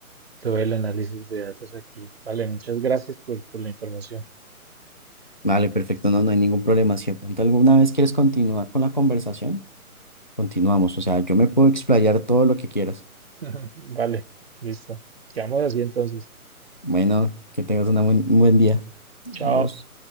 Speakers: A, on the right; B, on the left.
A: todo el análisis de datos aquí. Vale, muchas gracias por, por la información.
B: Vale, perfecto, no, no hay ningún problema. Si de pronto alguna vez quieres continuar con la conversación, continuamos. O sea, yo me puedo explayar todo lo que quieras.
A: <laughs> Vale, listo. Quedamos así entonces.
B: Bueno, que tengas una buen- un buen día. Dios.
A: chao